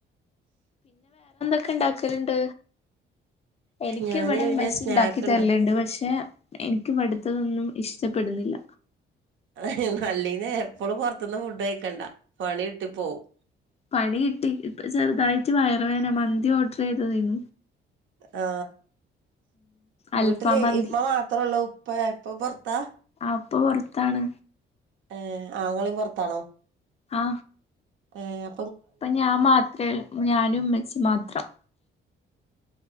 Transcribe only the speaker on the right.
ഞാന്
പിന്നെ
സ്നാക്ക്
ഇണ്ട
അത നല്ലീനെ എപ്പളും പൊറത്ത്ന്ന് ഫുഡ് കഴിക്കണ്ട പണികിട്ടി പോവും
ആ
വീട്ടില്
ഇമ്മ മാത്രുള്ളൂ ഇപ്പേ ഇപ്പൊ പൊർത്താ
ഏ ആങ്ങളെയും പൊറത്താണോ
ഏഹ്